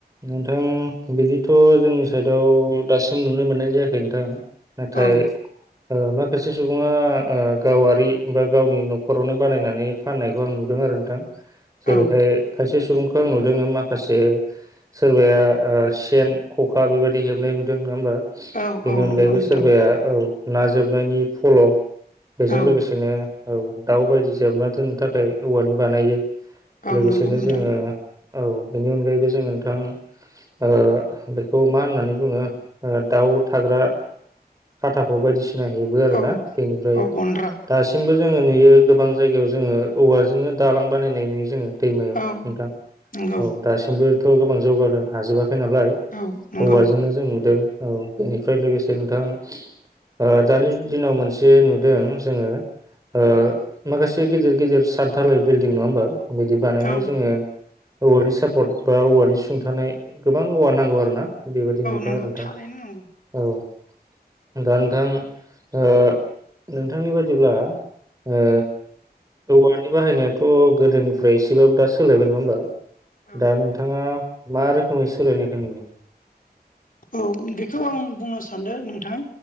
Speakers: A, on the right; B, on the left.
A: नोंथां बिदि थ' जोंनि साइडआव दासिम नुनो मोननाय जायाखै नोंथां। नाथाय
B: औ
A: ओ माखासे सुबुङा ओ गावारि बा गावनि न'खरावनो बानायनानै फाननायखौ आं नुदों आरो नोंथां। जेरैहाय
B: औ
A: खायसे सुबुं खौ आं नुदोङो माखासे सोरबाया ओ सेन, खखा बेबायदि हेबनाय नुदों नङा होमबा?
B: औ
A: बेनि
B: औ
A: अनगायैबो
B: नंगौ नोंथां
A: सोरबाया औ ना जोबनायनि फल' बेजों
B: औ
A: लोगोसेनो औ दाउ बायदि जोबना दोननो थाखाय औवानि बानायो।
B: औ
A: लोगोसेनो
B: नोंगौ नोंथां।
A: जोङो औ बेनि अनगायैबो जोङो नोंथां ओ बेखौ मा होननानै बुङो ओ दाउ थाग्रा खाथाख' बायदिसिना हेबो आरोना
B: औ
A: बेनिफ्राय
B: औ गन्द्रा
A: दासिमबो जोङो नुयो गोबां जायगायाव जोङो औवाजोंनो दालां बानायनाय नुयो जोङो। दैमायाव
B: औ
A: नोंथां
B: नंगौ
A: औ दासिमबो थ' गोबां जौगानो हाजोबा खैनालाय
B: औ नंगौ
A: औवाजोंनो जों नुदों। औ बेनिफ्राय लोगोसे नोंथां ओ दानि दिनाव मोनसे नुदों जोङो ओ माखासे गेदेर गेदेर सातधालाय बिल्डिं नङा होमबा? बिदि बानायनायाव
B: औ औ
A: जोङो औवानि सापर्ट बा औवानि सुंथानाय गोबां औवा नांगौ आरो ना। बेबायदि नुदों
B: नंगौ
A: आरो नोंथां
B: थारैनो
A: ।
B: नंगौ
A: औ दा नोंथां ओ नोंथांनि बादिब्ला ओ औवानि बाहायनायाथ' गोदोनिफ्राय एसेबाबो दा सोलायबाय नङा होमबा?
B: औ
A: दा नों मा रोखोमै सोलायनायखौ नुयो?
B: औ बेखौ आं बुंनो सान्दों नोंथां।